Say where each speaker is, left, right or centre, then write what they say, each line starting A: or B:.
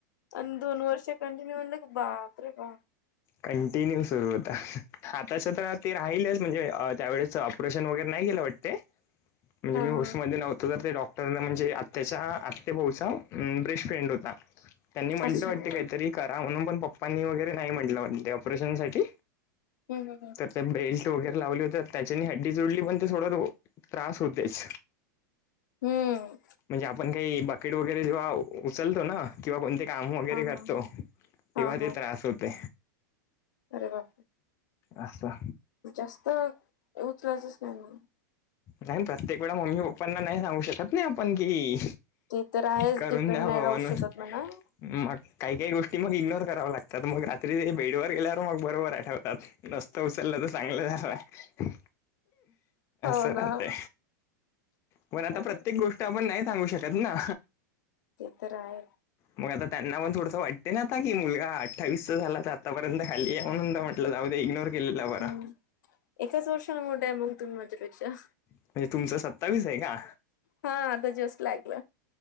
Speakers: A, on the left (about 75°); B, on the left (about 25°).
A: आणि दोन वर्षे कंटिन्यू म्ह की बाप रे बा
B: कंटिन्यू सुरू होता आताश तर ते राहिलेच म्हणजे त्यावेळेस ऑपरेशन वगैरे नाही केलं वाटते
A: <unintelligible>
B: म्हणजे मी होस्टमध्ये
A: हा
B: नव्हतो तर ते डॉक्टर म्हणजे आच्या बेट फ्रेंड होता त्यांनी म्हटलं
A: अच्छा
B: वाट
A: हम्म
B: काहीतरी करा म्हणून पण पप्पांनी वगैरे नाही म्हटलं म्हण ऑपरेशन साठी
A: हम् हम ह
B: तर ते बेल्ट वगैरे लावले होते त्याच्यानी हड्डी जुडली पण ते थोडं त्रास होतेच
A: हम्म
B: म्हणजे आपण काही बाकेट वगैरे जेव्हा उचलतो ना, किंवा कोणते काम वगैरे
A: हा
B: करतो
A: हा हा
B: तेव्हा
A: हा
B: ते
A: हा
B: त्रास होते.
A: अरे बा
B: असच्छा
A: जास्त उचलातच नाही म
B: नाही प्रत्येक वेळा मम्मी पप्पांना नाही सांगू शकत नाही आपण कि
A: ते तर आहेच
B: करून
A: डिपेंड
B: द्याव
A: नाही राहू
B: म्हणून
A: शकत म्हणा
B: मग काही काही गोष्टी मग इग्नोर कराव्या लागतात मग रात्री ते बेड ववर गेल्यावर मग बरोबर आठवतात रस्त उचललं तर चांगलं झालंय
A: हो
B: राह
A: ना
B: पण आता
A: अरे
B: प्रत्येक गोष्ट आपण नाही सांगू शकत ना
A: ते तर आहे
B: मग आता त्यांना पण थोडंसं वाटते ना आता की मुलगा अठ्ठावीस चचा झाला तर आतापर्यंत खाली आहे म्हणून जाऊ द इग्नोर केलेला बरा
A: हम्म एकाच वर्षाला मोठं आहे मग तुम्ही माझ्यापेक्षा
B: म्हणजे तुमचं सत्तावीस आहे का
A: हा आता जस्ट लागलं